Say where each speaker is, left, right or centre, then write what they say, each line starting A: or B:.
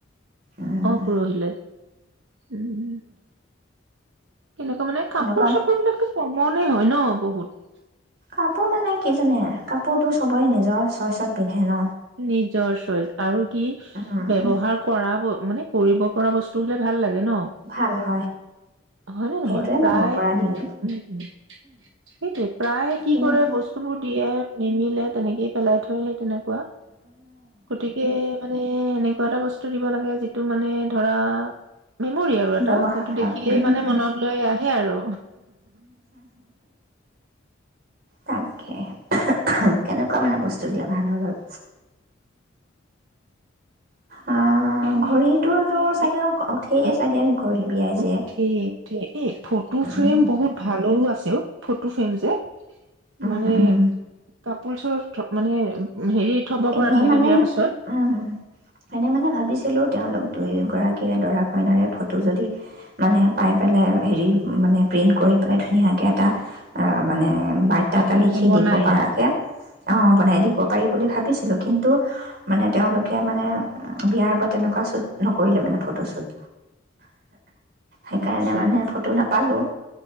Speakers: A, on the right; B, on the right.
A: উম
B: অঊ পৰহিলৈ। উম কেনেকুৱা মানে
A: তেনেকুৱা
B: কাপোৰ চাপোৰ বিলাকো কমণে হয় ন বহুত
A: কাপোৰ মানে কি জাননে কাপোৰতটো চবৰে নিজৰ চইচতে পিন্ধে। ন
B: নিজৰ চইচ আৰু কি
A: উম
B: ব্যৱহাৰ কৰাব মানে কৰিব পৰা বস্তু হ'লে ভাল লাগে। ন
A: ভাল হয়
B: হয়নে
A: সেইটোৱে
B: নহয় প্ৰায়
A: মানিব পৰা দিম
B: উ সেইটোৱে প্ৰায় কি
A: উম
B: কৰে বস্তুবোৰ দিয়ে নিমিলে তেনেকেই পেলাই থয় সেই তেনেকুৱা। গতিকে মানে এনেকুৱা কিবা এটা বস্তু দিব লাগে যিটো মানে ধৰা মেমৰি আৰু এটা
A: ব্যৱহাৰ
B: সেইটো দেখিলেই
A: উম
B: মানে মনত লৈ আহে আৰু
A: তাকে কেনেকুৱা মানে বস্তু দিলে ভাল হয় বাৰু? আহ
B: কেনেকুৱা
A: ঘড়ীটোতো
B: মানে
A: চাগে
B: এ
A: উঠেই
B: উম
A: চাগে ঘড়ী বিয়াইছে
B: উঠেই উঠেই এই ফটো
A: উম
B: ফ্ৰেম বহুত ভালৰো আছে। <unintelligible> ফটো ফ্ৰেম যে
A: উম
B: মানে
A: উম
B: <unintelligible> মানে হেৰি থব
A: এনে
B: পৰা তেনেকে
A: মানে
B: বিয়াৰ পিছত
A: উম এনে মানে ভাবিছিলো তেওঁলোক দুইগৰাকীৰে দৰা কইনাৰে ফটো যদি মানে পাই পেলাই হেৰি মানে প্ৰিণ্ট কৰি পেলাই ধুনীয়াকে এটা উহ মানে <unintelligible> এটা
B: একে
A: লিখি
B: বনায়ে
A: দিব পাৰ কে অ', বনাই দিব পাৰি বুলি ভাবিছ কিন্তু মানে তেওঁলোকে মানে বিয়াৰ আগত তেনেকুৱা শ্বুট নকৰিলে মানে ফটো শ্বুত সেইকাৰণে
B: আচ্ছা
A: মানে ফটো নাপালোঁ।